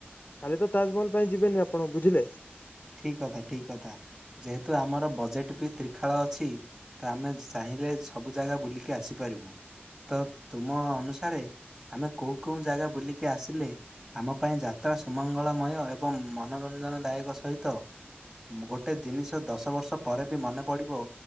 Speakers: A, on the left; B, on the right.
A: ଖାଲି ତ ତାଜମହଲ ପାଇଁ ଯିବେନି ଆପଣ ବୁଝିଲେ
B: ଠିକ କଥା ଠିକ କଥା ଯେହେତୁ ଆମର ବଜେଟ୍ ବି ତ୍ରିଖାଳ ଅଛି ତ ଆମେ ଚାହିଁଲେ ସବୁ ଜାଗା ବୁଲିକି ଆସିପାରିବୁ ତ ତୁମ ଅନୁସାରେ ଆମେ କେଉଁ କେଉଁ ଜାଗା ବୁଲିକି ଆସିଲେ ଆମ ପାଇଁ ଯାତ୍ରା ସୁମଙ୍ଗଳମୟ ଏବଂ ମନୋରଞ୍ଜନଦାୟକ ସହିତ ତ ଗୋଟେ ଜିନିଷ ଦଶ ବର୍ଷ ପରେ ବି ମନେ ପଡିବ